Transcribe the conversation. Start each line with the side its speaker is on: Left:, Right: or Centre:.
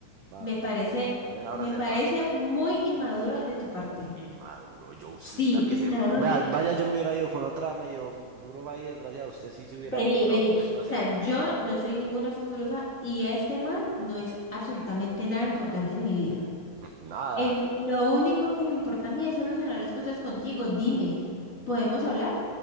Right: Va,
Left: me parece,
Right: vayan ahora
Left: me
Right: del
Left: parece
Right: parche.
Left: muy inmaduro de tu parte.
Right: Inmaduro, yo usted
Left: Sí,
Right: es la que
Left: inmaduro.
Right: se... Vea, vaya, yo me hubiera ido con otra medio fu- furo, vaya, desgracia, usted sí se hubiera
Left: Vení,
Right: mejor
Left: vení.
Right: puesto así.
Left: O sea, yo no soy ninguna fufurufa y este man no es absolutamente nada importante en mi vida.
Right: <laughs> Nada.
Left: El, lo único que me importa a mí es solucionar las cosas contigo. Dime, ¿podemos hablar?